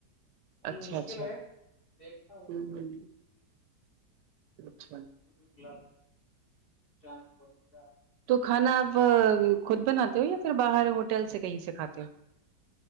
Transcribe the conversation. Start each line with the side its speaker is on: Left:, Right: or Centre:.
Right: اچھا
Left: مشکل
Right: اچھا
Left: ہے دیکھتا ہوں
Right: ہوں لکمن
Left: توہ فی الحال چانس بولے گاپ
Right: تو کھانا آپ خود بناتے ہو یا پھر باہر ہوٹل سے کہیں سے کھاتے ہو